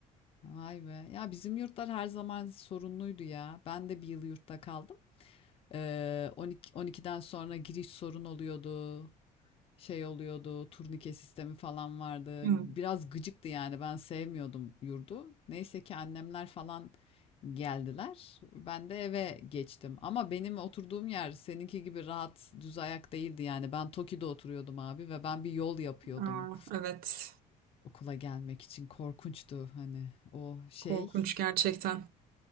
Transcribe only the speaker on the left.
Vay be. Ya, bizim yurtlar her zaman sorunluydu ya. Ben de bir yıl yurtta kaldım. Eee, 12- 12'den sonra giriş sorun oluyordu. şey oluyordu, turnike sistemi falan vardı.
Biraz gıcıktı yani ben sevmiyordum yurdu. Neyse ki annemler falan geldiler. Ben de eve geçtim. Ama benim oturduğum yer seninki gibi rahat, düz ayak değildi yani. Ben Toki'de oturuyordum abi ve ben bir yol yapıyordum
okula gelmek için. Korkunçtu hani o şey,